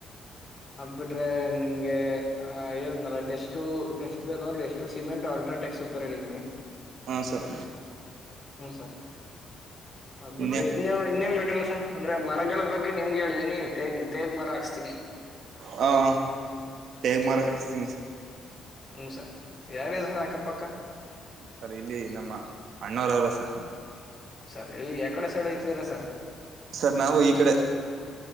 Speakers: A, on the left; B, on the right.
A: ಅದಬಿಟ್ರೆ ನಿಮ್ಗೆ ಅ ಹೇಳ್ದ್ನಲ್ಲ ಡೆಸ್ಟು ಡೆಸ್ಟು ಬೇಕಂದ್ರೆ ಡೆಸ್ಟು ಸಿಮೆಂಟ್ ಅಲ್ಟ್ರಾಟೆಕ್ ಸೂಪರ್ ಹೇಳಿದೀನಿ
B: ಹಾ ಸರ್
A: ಹ್ಮ ಸರ್ ಆಗ್ಬಿಟ್ರಿ
B: ಇನ್ನೆ
A: ಇನ್ನೇವ ಇನ್ನವ ಮಟ್ರಲ್ಲ ಸರ್ ಅಂದ್ರೆ ಮರಗಳ ಬಗ್ಗೆ ನಿಮ್ಗೆ ಹೇಳಿದೀನಿ ತೇಗ್ ತೇಗ್ ಮರ ಹಾಕಸತ್ತಿನಿ
B: ಹ ತೇಗ ಮಾರ್ ಹಾಕಿಸ್ತೀನಿ ಸರ್
A: ಹ್ಮ ಸರ್ ಯಾರಿದಾರೆ ಅಕ್ಕಪಕ್ಕ
B: ಸರ್ ಇಲ್ಲಿ ನಮ್ಮ ಅಣ್ಣವರ ಅವ್ರೆ ಸರ್
A: ಸರಿ ಇಲ್ಲಿ ಯಕಡೆ ಸೈಡ್ ಐತ ಸೇರಸ
B: ಸರ್ ನಾವು ಈ ಕಡೆ